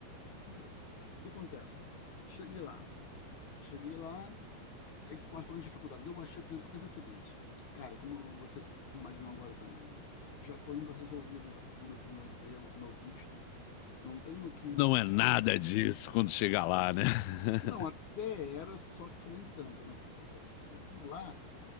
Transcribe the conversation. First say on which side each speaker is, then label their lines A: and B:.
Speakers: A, on the left; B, on the left.
A: Vamos lá. O que acontece? Cheguei lá, cheguei lá, aí quais foram as dificuldades? Eu achei, eu pensei o seguinte, cara, como você imaginou agora também, né? Já tô indo resolvido, já tô indo com o meu emprego, com o meu visto, não tenho o que me
B: Não
A: preocupar.
B: é nada disso quando chegar lá, né? <laughs>
A: Não, até era, só que nem tanto, né? Porque acontece, chegando lá,